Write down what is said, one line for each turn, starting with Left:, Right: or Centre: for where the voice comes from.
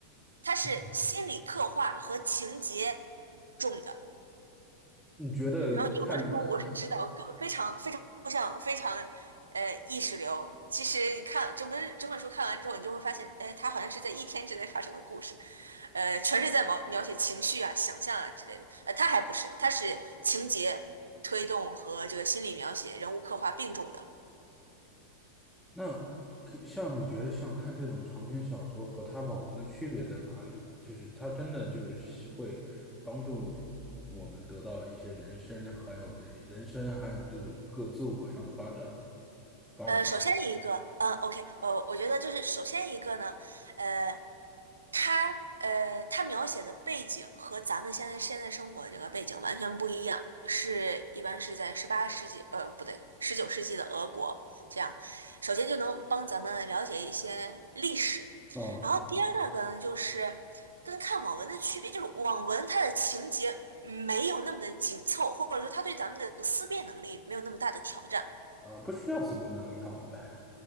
Right: 他是心理刻画和情节
Centre: 哎
Right: 重的。
Centre: 你觉得看看
Right: 然后有的时候我是知道，非常非常抽象，非常呃意识流。其实你看整本整本书看完之后，你就会发现，哎，它好像是在一天之内发生的故事，呃，全是在描描写情绪啊、想象啊之类的。呃，它还不是，它是情节推动和这个心理描写、人物刻画并重的。
Centre: 那像你觉得像看这种长篇小说和它网文的区别在哪里呢？就是它真的就是会帮助我们得到一些人生，还有人人生，还有这种各自我上的发展吗？发展
Right: 呃，首先一个，嗯，OK，呃，我觉得就是首先一个呢，呃。他呃，他描写的背景和咱们现在现在生活的这个背景完全不一样，是一般是在十八世纪，呃，不对，十九世纪的俄国这样。首先就能帮咱们了解一些历史，
Centre: 哦，
Right: 然后第二个呢，
Centre: 是的，
Right: 就是跟看网文的区别，就是网文它的情节没有那么的紧凑，或者说它对咱们的这个思辨能力没有那么大的挑战。
Centre: 啊、不需要随便拿来看我呗。